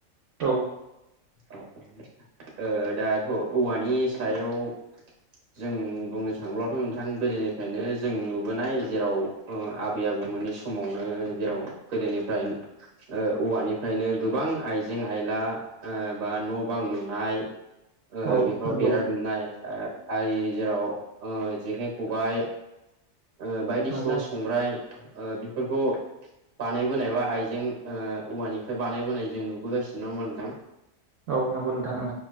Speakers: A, on the right (about 65°); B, on the right (about 45°).
A: औ
B: औ औ दाथ' औवानि सायाव जों बुंनो थाङोब्लाथ' नोंथां गोदोनिफ्रायनो जों नुबोनाय जेराव आबै आबौमोननि सम-' समावनो जेराव गोदोनिफ्राय ओ औवानिफ्रायनो गोबां आइजें आयला बा न' बां लुनाय ओ
A: औ
B: बेफोराव
A: नंगौ
B: बेरा दुमनाय ओ जेराव जेखाइ- खबाइ ओ बायदिसिना
A: नंगौ
B: संग्राय बेफोरखौ बानायबोनाय बा आइजें औवानिफ्राय बानायबोनाय जों नुबोगासिनो दङ नोंथां।
A: औ नंगौ नोंथां ओं।